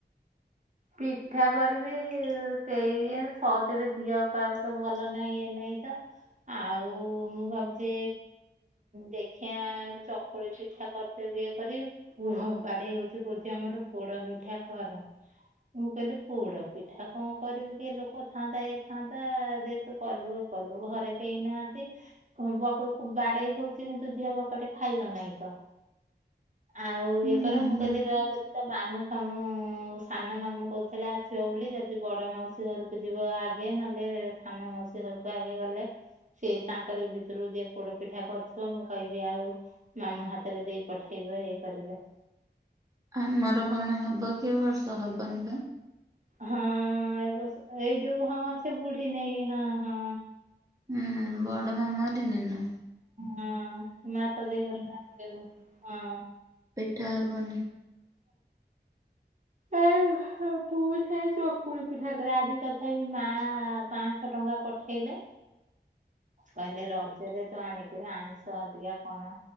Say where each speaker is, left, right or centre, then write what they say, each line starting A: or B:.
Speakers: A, on the right (about 45°); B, on the right (about 20°).
A: ପିଠା କରିବି କେହି ସହଜରେ ଦିଅ ପାବ ତ ଭଲ ନାହିଁ ଇଏ ନାହିଁ ତ ଆଉ ମୁଁ ଭାବୁଛି ଦେଖିଆ ଚକ କୁଳି ପିଠା କରିଦେବ ଇଏ କରି, ପୁଅ ବାଡେଇ ହଉଛି କହୁଛି ଆମର ପୋଡ ପିଠା କର। ମୁଁ କହିଲି ପୋଡ ପିଠା କଣ କରିବି କିଏ ଲୋକ ଥାଆନ୍ତା ଏଇ ଥାନ୍ତା ଯେ ତୁ କଲୁ। କଲୁ ଘରେ କେହି ନାହାନ୍ତି। <inaudible> ବାଡେଇ ହଉଚଛି କିନ୍ତୁ ଝିଅ ବକଟେ ଖାଇବ ନାହିଁ ତ। ଆଉ ଇଏ
B: ହୁଁ
A: କର ମୁଁ କହିଲିି ର ଯଦି ତ ମାମୁଁ ଫାମୁ ସାନ ମାମୁ କହୁଥିଲେ ଆସିବ ବୋଲି ଯଦି ବଡ ମାଉସୀ ଘରକୁ ଯିବ ଆଗେ ନହେଲେ ସାନ ମାଉସୀ ଘରକୁ ଆଗେ ଗଲେ ସେ ତାଙ୍କର ଭିତରୁ ଯଏ ପୋଡ ପିଠା କରୁଥିବ ମୁଁ କହିବି ଆଉ ମାମୁଁ ହାତରେ ଦେଇ ପଠେଇବ ଇଏ କରିବେ।
B: ଆମର କଣ ହବ କି ଏ ବର୍ଷ ହବନି ପା।
A: ହଁ ଏ ଏଇ ଯୋଉ ହଁ ସେ ବୁଢୀ ନ କି ହଁ ହଁ।
B: ହୁଁ ବଡ ମାମା ଦିନେ ଦିନେ।
A: ହଁ ମା ତ ଦେଇ ଘରକୁ ଆସିବୁ ହଁ।
B: ପିଠା ହବନି।
A: ଏ ପୁଅ ସେଇ ଚକୁଳି ପିଠା କରେ ଆଜି ତଥାପି ମା ପାଞ୍ଚଶହ ଟଙ୍କା ପଠେଇଲେ। କହିଲେ ରଜରେ ତ ଆଣିକିରି ଆଇଁଷ ଟିକେ କଣ?